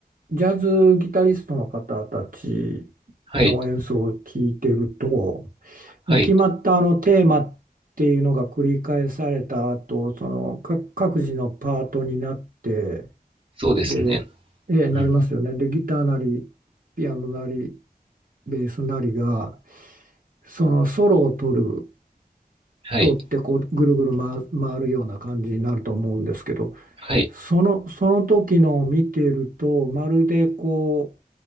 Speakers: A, on the right (about 60°); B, on the right (about 35°).
A: ジャズギタリストの方たちの演奏を聞いてると、
B: はい
A: もう決まったあのテーマっていうのが繰り返された後、
B: はい
A: その各各自のパートになって、
B: そうですね。
A: で、えーなりますよね。
B: うん、
A: で、ギターなり、ピアノなり、ベースなりが、そのソロを取る、
B: はい
A: 取ってこうぐるぐる回、回るような感じになると思うんですけど、
B: はい
A: その、その時のを見ていると、まるでこ